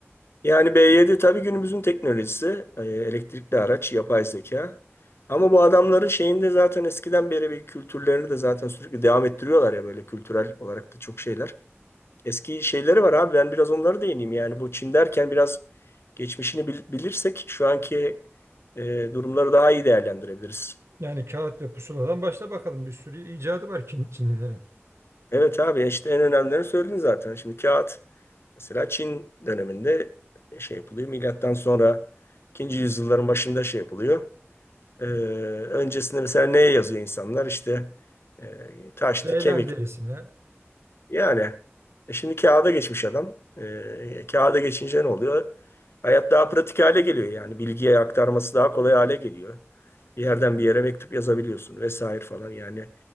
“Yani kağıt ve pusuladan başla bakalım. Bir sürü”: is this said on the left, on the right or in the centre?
Right